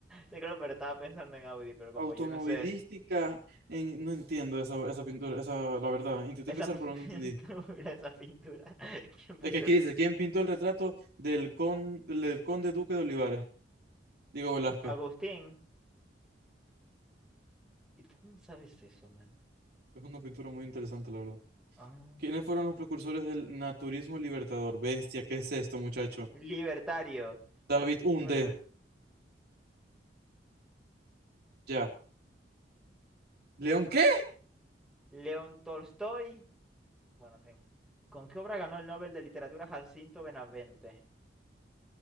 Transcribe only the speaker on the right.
automovilística,
en- no entiendo esa, esa pintura, esa, la verdad, intenté
pensar,
pero no entendí.
Es que aquí dice, ¿quién pintó el retrato del, con, del conde duque de Olivares? Diego Velázquez.
Es una pintura muy interesante, la verdad.
¿Quiénes fueron los precursores del naturismo libertador? Bestia, ¿qué es esto, muchacho?
David Hunde,
ya. ¿León qué?